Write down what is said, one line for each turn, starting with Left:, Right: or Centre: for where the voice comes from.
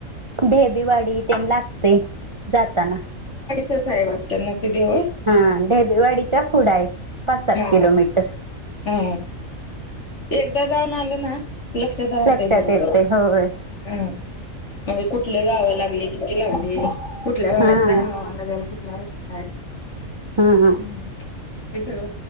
Right: ढेबेवाडी तेंन लागतय जाताना.
Left: तस हाय वाटतं ना ते देव.
Right: हा ढबेवाडीच्या पुढा आहे पाच सात
Left: हा
Right: किलोमीटर.
Left: हा एकदा जाऊन आलं ना लक्षात राहतेय
Right: लक्षात
Left: बरोबर
Right: येतंय होय
Left: हम. म्हणजे कुठलं गाव लागली किती लागली कुठल्या गावात
Right: हा
Left: गावाला जा. कुठला रस्ता आहे
Right: हा
Left: ते सगळं.